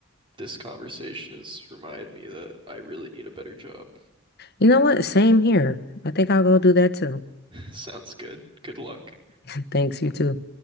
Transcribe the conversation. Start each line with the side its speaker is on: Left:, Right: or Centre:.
Right: this conversation has reminded me that I really need a better job.
Left: You know what? Same here. I think I'll go do that too.
Right: <laughs> Sounds good. Good luck.
Left: <laughs> Thanks, you too.